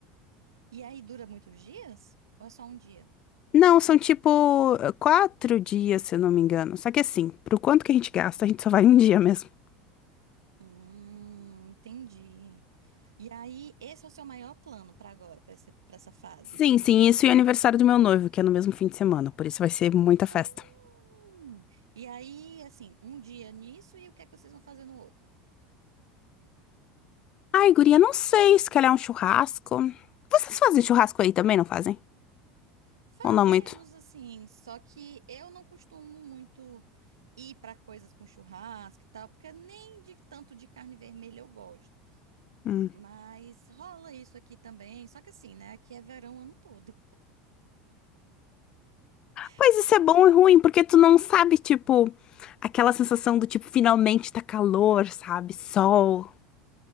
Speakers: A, on the right; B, on the left.
A: E aí dura muitos dias? Ou é só um dia?
B: Não, são tipo quatro dias, se eu não me engano. Só que assim, pro quanto que a gente gasta, a gente só vai um dia mesmo.
A: Hum, entendi. E aí, esse é o seu maior plano para agora, para essa, para essa fase?
B: Sim, sim, isso e o aniversário do meu noivo, que é no mesmo fim de semana, por isso vai ser muita festa.
A: Hum. E aí, assim, um dia nisso e o que é que vocês vão fazer no outro?
B: Ai, guria, não sei, se calhar um churrasco. Vocês fazem churrasco aí também, não fazem?
A: Fazemos,
B: Ou não muito?
A: assim, só que eu não costumo muito ir para coisas com churrasco e tal, porque nem de tanto de carne vermelha eu gosto.
B: Hum.
A: Mas rola isso aqui também, só que assim, né? Aqui é verão o ano todo.
B: Pois
A: <laughs>
B: isso é bom e ruim, porque tu não sabe, tipo, aquela sensação do tipo, finalmente tá calor, sabe? Sol.